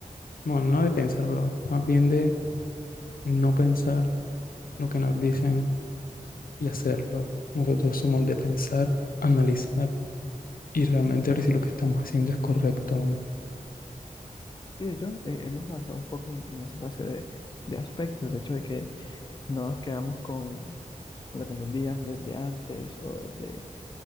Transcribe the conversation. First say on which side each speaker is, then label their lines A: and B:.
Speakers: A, on the left; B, on the left.
A: bueno, no de pensar, pero más bien de no pensar lo que nos dicen y hacerlo. Nosotros somos de pensar, analizar y realmente ver si lo que estamos haciendo es correcto o no.
B: Sí, de hecho, eh, hemos avanzado un poco en, en esa clase de, de aspectos, el hecho de que no nos quedamos con lo que nos digan desde antes o desde,